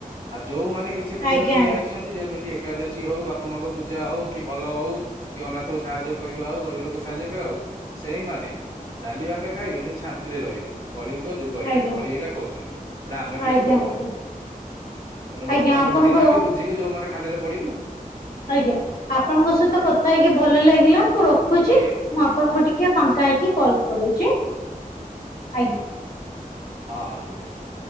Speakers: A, on the right; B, on the left.
A: ଆଉ ଯୋଉମାନେ କିଛି ପୁଣ୍ୟ
B: ଆଜ୍ଞା
A: କଇଆଇଚନ୍ତି
B: ଆଜ୍ଞା ଆଜ୍ଞା ଆଜ୍ଞା
A: ଯେମିତି ଏକାଦଶୀ ହଉ ବାପା ମାଙ୍କ ପୂଜା ହଉ କି ଭଲ ହଉ କି ଅନାଥ କୁ ସାହାଯ୍ୟ କରିବା ହଉ, ଗରିବ ଲୋକ ସାହାଯ୍ୟ କରିବା ହଉ, ସେଇମାନେ ଡାଲି ଭାତ ଖାଇବେ କିନ୍ତୁ ଶାନ୍ତିରେ ରହିବେ। କଳିଙ୍କ ଯୁଗ
B: ଆଜ୍ଞା
A: ଏଇଟା କଳି ଏଇଟା କରୁଛନ୍ତି ହେଟା ଆମେ କିଛି
B: ଆଜ୍ଞା
A: କରୁନେ। ତେଣୁ ବର୍ତ୍ତମାନ
B: ଆଜ୍ଞା ଆପଣଙ୍କ
A: ବୁଝି ନାହାନ୍ତି ବୁଝିବେ ଯୋଉମାନେ ଖାଲରେ ପଡିବେ ଆଉ।
B: ଆଜ୍ଞା ଆପଣଙ୍କ ସହିତ କଥା ହେଇକି ଭଲ ଲାଗିଲା ମୁଁ ରଖୁଛି
A: ଆଜ୍ଞା
B: ମୁଁ ଆପଣଙ୍କୁ ଟିକେ ଫାଙ୍କା ହେଇକି କଲ କରୁଛି, ଆଜ୍ଞା।
A: ହଁ ହଁ ଠିକ୍ ଅଛି।